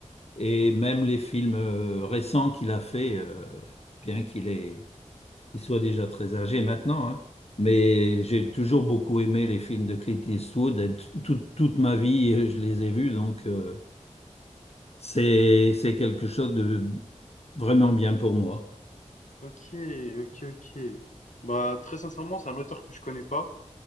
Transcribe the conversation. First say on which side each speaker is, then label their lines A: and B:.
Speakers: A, on the left (about 55°); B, on the left (about 85°).
A: et même les films euh, récents qu'il a fait, euh, bien qu'il est, il soit déjà très âgé maintenant, hein, mais j'ai toujours beaucoup aimé les films de Clint Eastwood. et t- toute toute ma vie, euh, je les ai vus, donc euh, c'est c'est quelque chose de vraiment bien pour moi.
B: ok, ok, ok. Bah, très sincèrement, c'est un auteur que je connais pas.